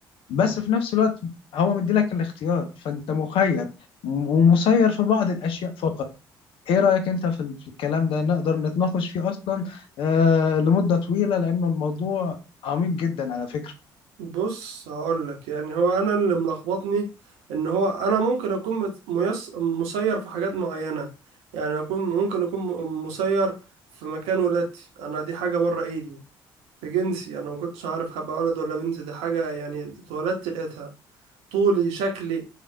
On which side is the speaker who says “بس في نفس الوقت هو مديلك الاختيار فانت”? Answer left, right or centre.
Left